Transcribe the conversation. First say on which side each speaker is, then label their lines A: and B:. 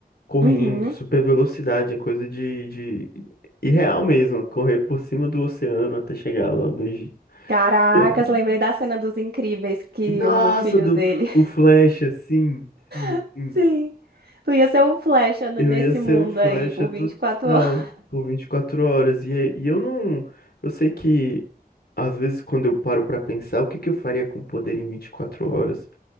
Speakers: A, on the left; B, on the right.
A: correndo,
B: Uhum.
A: super velocidade, é coisa de, de irreal mesmo, correr por cima do oceano até chegar lá no Egito.
B: Caracas,
A: <laughs>
B: lembrei da cena dos Incríveis que
A: Nossa,
B: o filho
A: do,
B: dele.
A: o Flash, assim, sim,
B: <laughs>
A: sim.
B: Sim. Tu ia ser um flecha no-
A: Eu
B: nesse
A: ia ser
B: mundo
A: um flecha
B: aí por
A: total
B: 24 horas.
A: por 24 horas. E, é- e eu não. Eu sei que, às vezes, quando eu paro pra pensar, o que que eu faria com poder em 24 horas?